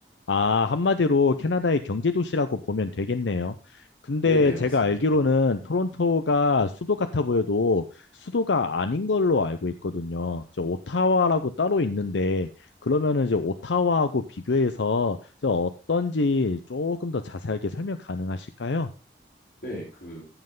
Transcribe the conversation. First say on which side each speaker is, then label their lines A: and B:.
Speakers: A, on the left; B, on the left.
A: 아, 한마디로 캐나다의 경제 도시라고 보면 되겠네요. 근데
B: 네네,
A: 제가
B: 맞습니다.
A: 알기로는 토론토가 수도 같아 보여도 수도가 아닌 걸로 알고 있거든요. 저 오타와라고 따로 있는데 그러면은 이제 오타와하고 비교해서 저 어떤지 조금 더 자세하게 설명 가능하실까요?
B: 네, 그